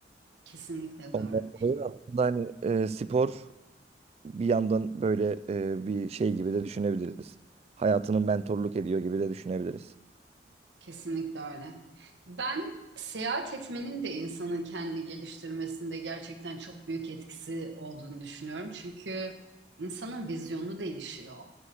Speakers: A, on the right; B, on the right.
A: kesinlikle
B: Ondan
A: doğru.
B: dolayı aslında hani e, spor bir yandan böyle e, bir şey gibi de düşünebiliriz. Hayatını mentorluk ediyor gibi de düşünebiliriz.
A: Kesinlikle öyle. Ben seyahat etmenin de insanın kendini geliştirmesinde gerçekten çok büyük etkisi olduğunu düşünüyorum. Çünkü insanın vizyonu değişiyor.